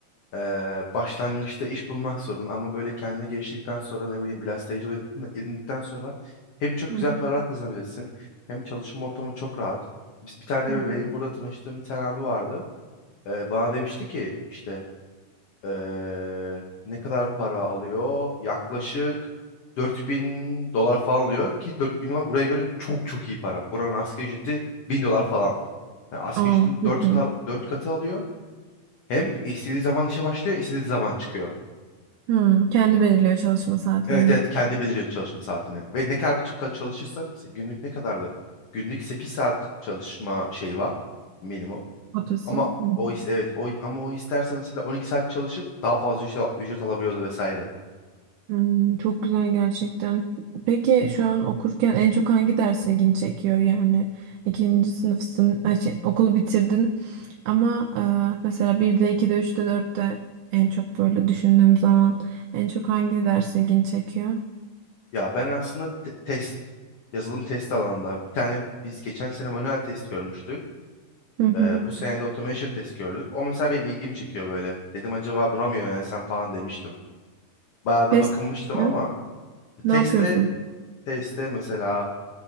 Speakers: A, on the left; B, on the right.
A: Eee, başlangıçta iş bulmak sorun ama böyle kendine geliştirdikten sonra ne bileyim biraz tecrübe edin- edindikten sonra hem çok
B: Hı
A: güzel
B: hı,
A: paralar kazanabilirsin hem çalışma ortamı çok rahat. Biz bir tane
B: hı hı.
A: benim burada tanıştığım bir tane abi vardı. Eee, bana demişti ki işte eee, ne kadar para alıyor? Yaklaşık dört bin dolar falan alıyor ki 4000 dolar buraya göre çok çok iyi para. Buranın asgari ücreti 1000 dolar falan. Yani asgari
B: Oo,
A: ücretin
B: çok
A: 4,
B: iyi.
A: 4 katı alıyor. Hem istediği zaman işe başlıyor, istediği zaman çıkıyor.
B: Hı, kendi belirliyor çalışma saatlerini.
A: Evet evet kendi belirliyor çalışma saatini. Ve ne kadar çık- çalışırsa mesela günlük ne kadardı? Günlük 8 saat çalışma şeyi var minimum.
B: Kotası.
A: Ama
B: Hı hı.
A: o is evet o ama o isterse mesela 12 saat çalışıp daha fazla ücret, al- ücret alabiliyordu vesaire.
B: Hmm, çok güzel gerçekten. Peki şu an okurken en çok hangi ders ilgini çekiyor? Yani ikinci sınıfsın, ay şey, okulu bitirdin ama e, mesela 1'de, 2'de, üçte dörtte en çok böyle düşündüğüm zaman en çok hangi ders ilgini çekiyor?
A: Ya ben aslında te- test yazılım test alanında bir tane biz geçen sene manuel test görmüştük.
B: Hı hı.
A: Ee, bu sene de automation test gördük. O mesela benim ilgimi çekiyor böyle. Dedim acaba buna mı yönelsem falan demiştim. Bayağı da
B: Test
A: bakınmıştım
B: mi?
A: ama
B: ne
A: testte
B: yapıyorsun?
A: testte mesela